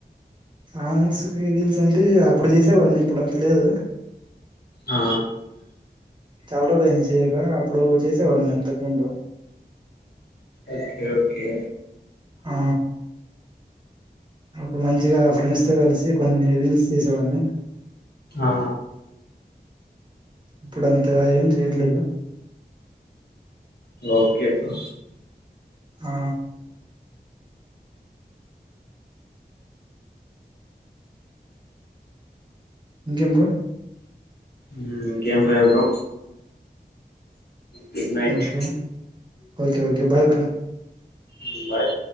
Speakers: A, on the right; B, on the left.
A: సాంగ్స్ రీల్స్ అంటే అప్పుడు చేసేవాడిని ఇప్పుడు అంత లేదు
B: ఆ
A: చాలా రోజులైంది చేయక అప్పుడు చేసేవాడిని అంతకు ముందు
B: ఓకే ఓకే
A: ఆ <inaudible> మంచిగా ఫ్రెండ్స్తో కలిసి కొన్ని రీల్స్ చేసేవాడిని
B: ఆ
A: ఇప్పుడు అంతగా ఏం చేయట్లేదు
B: ఓకే బ్రో
A: ఆ ఇంకేం కో
B: ఊ ఇంకేం లేదు bro good night
A: okay okay okay bye bro
B: ఊ బాయ్